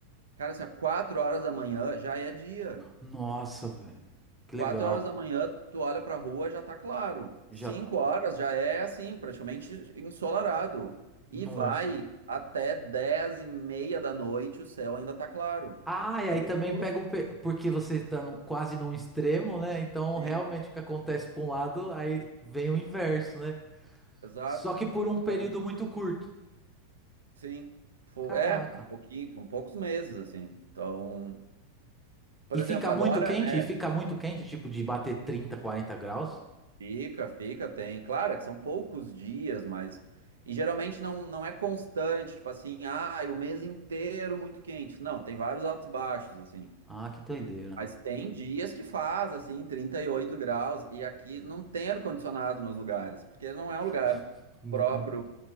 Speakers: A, on the right; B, in the centre.
A: cara, assim, ó, 4 horas da manhã já é dia.
B: nossa, velho. Que
A: Quatro
B: legal.
A: horas da manhã, tu olha pra rua, já tá claro.
B: Já.
A: Cinco horas já é assim, praticamente ensolarado. E
B: Nossa.
A: vai até dez e meia da noite, o céu ainda tá claro.
B: Ah, e
A: É
B: aí
A: o
B: também
A: oposto,
B: pega o. pe- Porque você tá no- quase num extremo, né? Então
A: sim.
B: realmente o que acontece pra um lado, aí vem o inverso, né?
A: Exato.
B: Só que por
A: Então,
B: um período muito curto.
A: sim. Fo-
B: Caraca.
A: É, um pouquinho, são poucos meses, assim. Então, por
B: E fica
A: exemplo, agora,
B: muito quente?
A: né?
B: E fica muito quente, tipo de bater trinta, quarenta graus?
A: Fica, fica, tem. Claro é que são poucos dias, mas. E geralmente não, não é constante, tipo assim, ah, o mês inteiro muito quente. Não, tem vários altos e baixos, assim.
B: Ah, que doideira.
A: Mas tem dias que faz, assim, 38 graus, e aqui não tem ar-condicionado nos lugares, porque não é
B: <laughs>
A: um lugar
B: Não,
A: próprio
B: não,